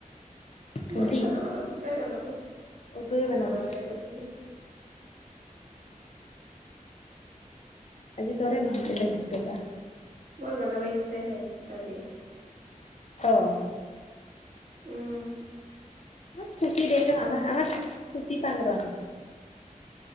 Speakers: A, on the left; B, on the right.
A: ভণ্টি
B: মইয়ে বানাব লাগব কাই বানাব।
A: অ তয়ে বনাবি
B: নাবানাই বলে হি।
A: আজি তৰে নহ'লে দায়িত্ব-বা।
B: মৰ বানাবা ইচ্ছাই নাই আজি।
A: অ'।
B: উম্
A: ইমান ছুতি দেই ৰ আমাৰ- আমাৰ ছুটি পাং ৰ।